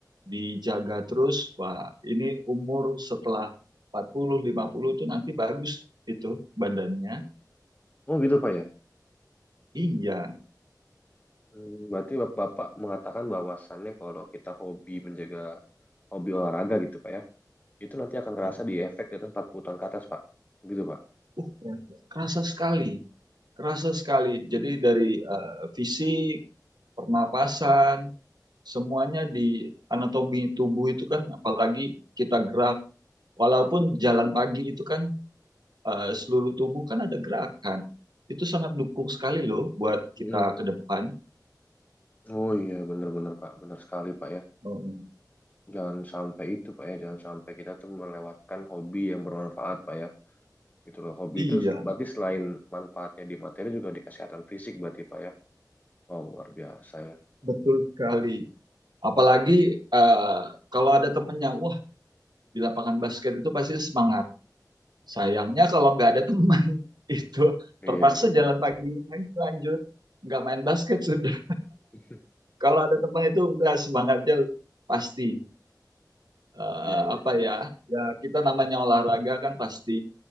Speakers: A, on the right; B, on the left.
A: dijaga terus, Pak. Ini umur setelah empat puluh lima puluh itu nanti bagus itu badannya.
B: oh gitu, Pak ya.
A: Iya.
B: Hmm, Berarti Bap- Bapak mengatakan bahwasannya kalau kita hobi menjaga hobi olahraga gitu, Pak ya, itu nanti akan kerasa
A: Uh-uh.
B: di efek di atas 40 tahun ke atas, Pak. Gitu, Pak.
A: uh kerasa sekali, kerasa sekali.
B: Mm-mm.
A: Jadi dari eh, fisik, pernapasan, semuanya di anatomi tubuh itu kan apalagi kita gerak walaupun jalan pagi itu kan eh, seluruh tubuh kan ada gerakan. Itu sangat dukung sekali loh buat kita
B: Mm-mm.
A: ke depan.
B: Oh iya, benar-benar, Pak. Benar sekali, Pak ya.
A: Oh,
B: Jangan sampai itu, Pak ya. Jangan sampai kita tuh melewatkan hobi yang bermanfaat, Pak ya. gitu loh. Hobi
A: iya,
B: itu sel- berarti selain manfaatnya di materi juga di kesehatan fisik berarti Pak ya. Wow, luar biasa ya.
A: betul sekali. Apalagi eh, kalau ada temennya, wah di lapangan basket itu pasti semangat. Sayangnya kalau nggak ada teman, <laughs> itu
B: Iya,
A: terpaksa
B: benar.
A: jalan pagi lagi lanjut, nggak main basket sudah.
B: <laughs>
A: Kalau ada teman itu udah semangatnya pasti. Eh,
B: Iya, iya.
A: apa ya, ya kita namanya olahraga kan pasti